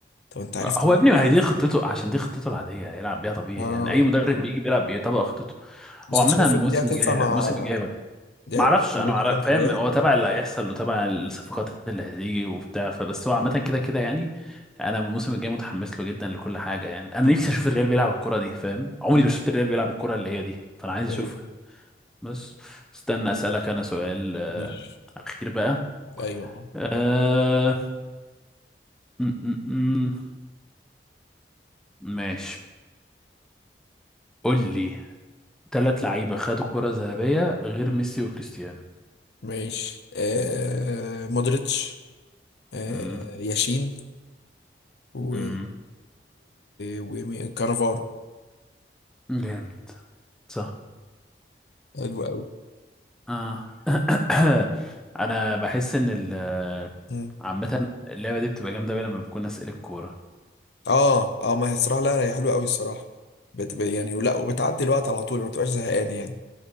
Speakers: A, on the left; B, in the centre.
A: طب انت عرفت
B: هو
A: منين؟
B: يا ابني ما هي دي خطته عشان دي خطته العادية هيلعب بيها طبيعي
A: اه
B: يعني أي مدرب آه. بيجي بيلعب بيطبق خطته
A: بس
B: هو عامة
A: انت شايف
B: الموسم
A: ان دي هتنفع
B: الجاي
A: مع
B: الموسم الجاي بقى
A: دي
B: ما اعرفش
A: هت- دي
B: انا
A: هتنفع
B: معرف...
A: مع
B: فاهم
A: الريال؟
B: هو تبع اللي هيحصل وتبع الصفقات اللي هتيجي وبتاع فبس هو عامة كده كده يعني انا الموسم الجاي متحمس له جدا لكل حاجة يعني انا
A: مم.
B: نفسي اشوف الريال بيلعب الكرة دي فاهم عمري
A: مم.
B: ما شفت الريال بيلعب الكرة اللي هي دي فانا عايز اشوفها
A: ايوه
B: بس استنى اسألك انا سؤال آه،
A: ماشي
B: اخير بقى
A: ايوه
B: آه... م -م -م. ماشي قول لي ثلاث لعيبة خدوا الكرة الذهبية غير ميسي وكريستيانو
A: ماشي آه مودريتش آه
B: امم
A: ياشين و
B: امم
A: وكانافارو
B: جامد صح
A: حلو قوي
B: آه. <coughs> انا بحس ان ال
A: مم.
B: عامة اللعبة دي بتبقى جامدة أوي لما بكون أسئلة الكورة
A: اه اه ما هي الصراحه لا لا هي حلوه قوي الصراحه بتبقى يعني ولا وبتعدي الوقت على طول ما بتبقاش زهقان يعني